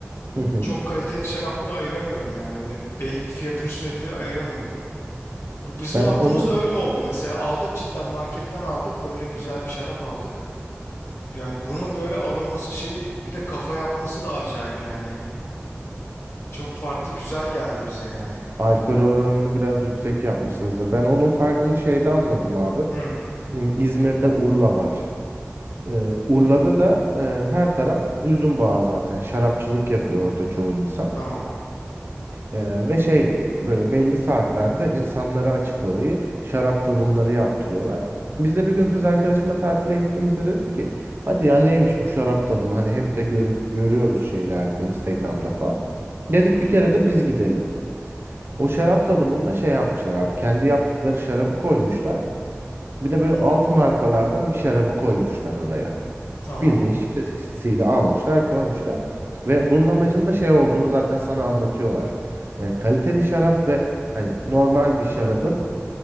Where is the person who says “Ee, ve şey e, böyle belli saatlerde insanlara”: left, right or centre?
Right